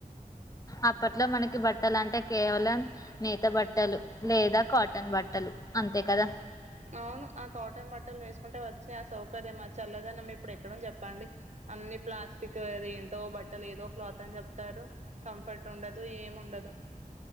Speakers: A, on the left (about 25°); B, on the right (about 50°).
A: అప్పట్లో మనకి బట్టలు అంటే కేవలం నేత బట్టలు లేదా కాటన్ బట్టలు అంతే కదా
B: అవును ఆ కాటన్ బట్టలు వేసుకుంటే వచ్చి ఆ సౌకర్యం చల్లదనం ఇప్పుడు ఎక్కడ చెప్పండి అన్ని ప్లాస్టిక్ ఏద ఏంటో బట్టలు ఏదో క్లాత్ అని చెప్తారు కంఫర్ట్ ఉండదు ఏమి ఉండదు